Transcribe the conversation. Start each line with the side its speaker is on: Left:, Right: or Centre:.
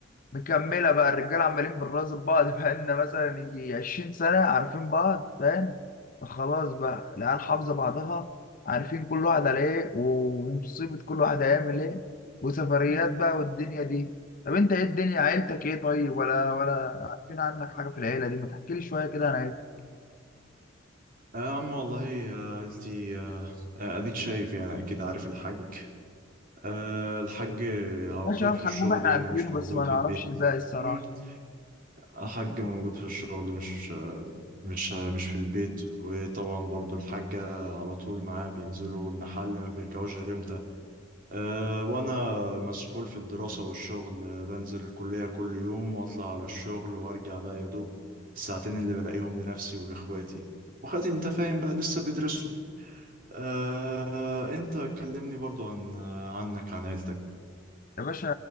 Left: مكملة بقى الرجالة عمالين بنراقب بعض بقالنا مثلا يجي 20 سنة عارفين بعض فاهم خلاص بقى العيال حافظة بعضها عارفين كل واحد على ايه ومصيبة كل واحد هيعمل ايه وسفريات بقى والدنيا دي طب انت ايه الدنيا عيلتك ايه طيب ولا ولا عارفين عنك حاجة في العيلة دي ما تحكي لي شوية كده عن عيلتك
Right: آه يا عم والله آه، عيلتي آه، آه، أديك شايف يعني أكيد عارف الحاج آه، الحاج على
Left: ماشي
Right: طول
Left: يا الحجوج
Right: في الشغل
Left: احنا
Right: يعني
Left: عارفينه
Right: مش
Left: بس
Right: موجود
Left: ما نعرفش
Right: في البيت
Left: الباقي الصراحة
Right: مم. الحاج موجود في الشغل مش مش مش في البيت وطبعا برضو الحاجة على طول معاه بينزلوا المحل ما بيرجعوش غير إمتى أه وأنا مسحول في الدراسة والشغل آه، بنزل الكلية كل يوم وأطلع على الشغل وأرجع بقى يا دوب الساعتين اللي بلاقيهم لنفسي ولإخواتي وإخواتي أنت فاهم بقى لسه بيدرسوا أه أنت كلمني برضو عن آه، عنك عن عيلتك
Left: يا باشا